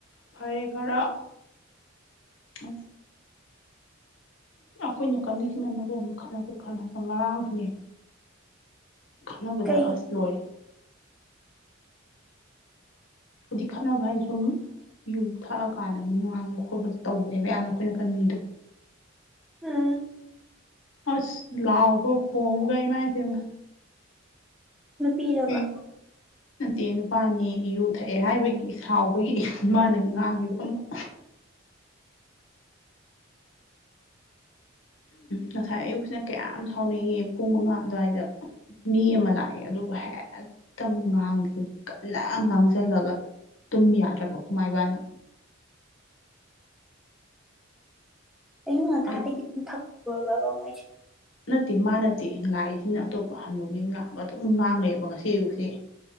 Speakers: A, on the left; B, in the centre.
A: ꯐꯔꯦ ꯈꯔ ꯎꯝ ꯑꯩꯈꯣꯢꯅ ꯅꯀꯟꯁꯤꯅ ꯃꯔꯣꯜ ꯑꯃ ꯈꯠꯅꯕꯗ ꯈꯠꯅꯕꯗ ꯉꯔꯥꯡꯁꯨꯅꯦ ꯈꯠꯅꯕꯗ
B: ꯀꯩꯒꯤ
A: ꯑꯁ ꯂꯣꯢꯔꯦ ꯍꯧꯖꯤꯛ ꯈꯠꯅꯕ ꯍꯥꯏꯗꯤ ꯁꯨꯝ ꯌꯨ ꯊꯛꯑꯀꯥꯟꯗ ꯃꯤ ꯉꯥꯡꯕ ꯈꯣꯠꯄꯗꯣ ꯇꯧꯕꯋꯦꯕ ꯌꯥꯝꯅ ꯑꯩꯈꯣꯢ ꯅꯀꯟ ꯃꯤꯗꯣ
B: ꯎꯝ
A: ꯑꯁ ꯂꯥꯎꯕꯒ ꯈꯣꯡꯕꯒ ꯏꯃꯥꯢꯄꯦꯝꯃ
B: ꯅꯨꯄꯤꯔꯕ
A: <unintelligible> ꯅꯠꯇꯦ ꯅꯨꯄꯥꯅꯦ ꯌꯨ ꯊꯛꯑꯦ ꯍꯥꯢꯕꯒꯤ ꯁꯥꯎꯕꯒꯤ ꯃꯥꯅ ꯉꯥꯡꯉꯤꯕ ꯑꯃꯨꯛ ꯉꯁꯥꯢ ꯑꯌꯨꯛꯁꯤꯅ ꯀꯌꯥꯝ ꯁꯥꯎꯅꯤꯡꯉꯤ ꯄꯨꯡ ꯃꯉꯥ ꯑꯗꯨꯋꯥꯢꯗ ꯃꯤ ꯑꯃ ꯂꯥꯛꯑꯦ ꯑꯗꯨꯒ ꯍꯦꯛ ꯇ ꯉꯥꯡꯗ ꯀꯟꯅ ꯉꯥꯡꯖꯜꯂꯒ ꯇꯨꯝ ꯌꯥꯗ꯭ꯔꯕ ꯑꯩꯈꯣꯢꯃꯥ ꯏꯕꯥꯟꯅꯤ
B: ꯑꯌꯨꯛ ꯉꯟꯇꯥꯗꯒꯤ
A: ꯑꯩ
B: <unintelligible> ꯊꯛꯄ꯭ꯔꯕ ꯃꯣꯢꯁꯦ
A: ꯅꯠꯇꯦ ꯃꯥ ꯅꯠꯇꯦ ꯂꯥꯛꯏꯁꯤꯅ ꯑꯇꯣꯞꯄ ꯍꯟꯅꯨꯕꯤ ꯑꯃ ꯂꯥꯛꯑꯒ ꯑꯗꯨꯝ ꯉꯥꯡ ꯂꯩꯕ ꯉꯁꯤ ꯑꯌꯨꯛꯁꯦ